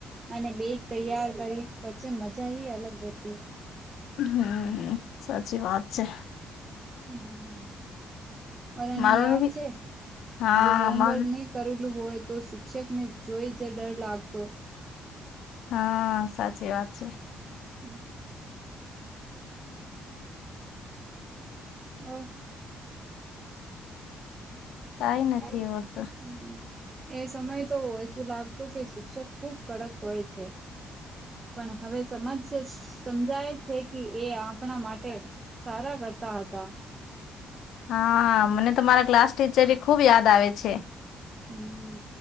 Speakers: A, on the right; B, on the left.
A: અને બેગ તૈયાર કરી પછી મજા અલગ વતી
B: હમ સાચી વાત છે
A: હમ પણ એને
B: મારું
A: યાદ
B: બી
A: છે
B: હા
A: જો હોમવર્ક
B: માર
A: કરેલું હોય તો શિક્ષકને જોઈ જ ડર લાગતો
B: હા સાચી વાત છે
A: હમ ઓ
B: કઈ નથી
A: <unintelligible>
B: એવું તો
A: એ સમય તો શું લાગતું કે શિક્ષક ખુબ કડક હોય છે. પણ હવે સમજ સમજાય છે કે એ આપણા માટે સારા કરતા હતા.
B: હા મને તો મારા ક્લાસ ટીચરી ખુબ યાદ આવે છે.
A: <inaudible>